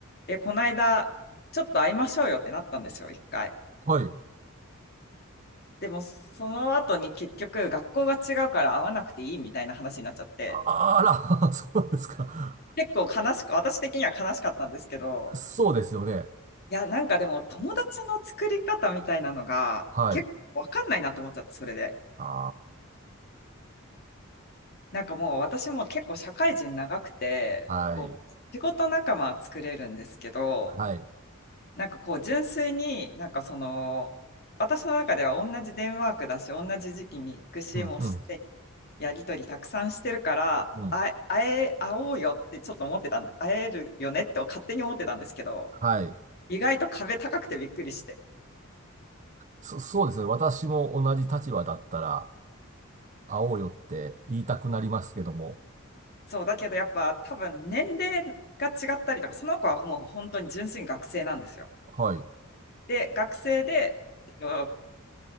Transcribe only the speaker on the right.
はい。
あ、あら、<laughs> そうですか。
そうですよね。
はい。
あ
あ。はい。
はい。
うん、
うん、
うん。
はい。
そ、そうですね。私も同じ立場だったら、会おうよって言いたくなりますけども。
はい。